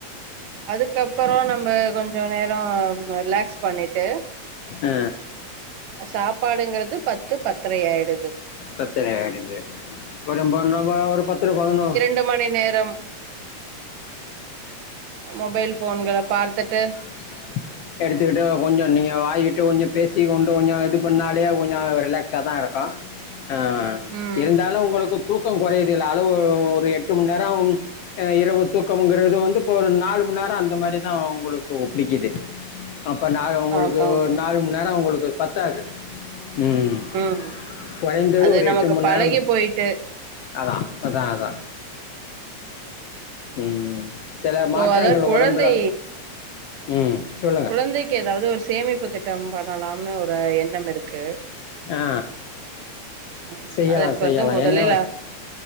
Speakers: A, on the right; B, on the left.
A: அதுக்கப்பறோ நம்ம கொஞ்ச நேரோ ரிலாக்ஸ் பண்ணிட்டு
B: ஆ
A: சாப்பாடுங்றது பத்து பத்தரையாயிடுது
B: பத்தரையாயிடுது அப்றோ <unintelligible> ஒரு பத்தர பதனொ
A: ண்டு மணி நேரம் மொபைல் ஃபோன்கள பார்த்துட்டு
B: த்துட்டு எடுத்துக்கிட்டு கொஞ்சோ நீங்க வாயிட்டு கொஞ்ச பேசி கொண்டு கொஞ்ச இது பண்ணாலே அது கொஞ்ச ரிலாக்ஸா தா இருக்கு ஆ
A: ம்
B: இருந்தாலு உங்களுக்கு தூக்க கொறையலல அளவு ஒரு எட்டு மண் நேரம் இரவு தூக்கம்ங்கறது வந்து இப்ப ஒரு நாலு மண் நேர அந்த மாரிதா உங்களுக்கு புடிக்குது அப்போ நால உங்களுக்கு
A: ஆமா ஆமா
B: ஒரு நாலு மண் நேரோ உங்களுக்கு பத்தாது ம்
A: ம்
B: கொறைந்தது
A: அது
B: ஒரு
A: நமக்கு
B: எட்டு மண்
A: பழகி
B: நேரம்
A: போயிட்டு
B: அதா அதா அதா ம் சில மாற்றங்கள்
A: சோ அதா குழந்தை
B: உடம்புல ம் சொல்லுங்க
A: குழந்தைக்கு ஏதாவது ஒரு சேமிப்பு திட்டம் பண்ணலாம்னு ஒரு எண்ணம் இருக்கு
B: ஆ
A: ம்,
B: செய்யலா
A: அதற்கு
B: செய்யலா
A: வந்து முதலில்
B: என்ன
A: அ-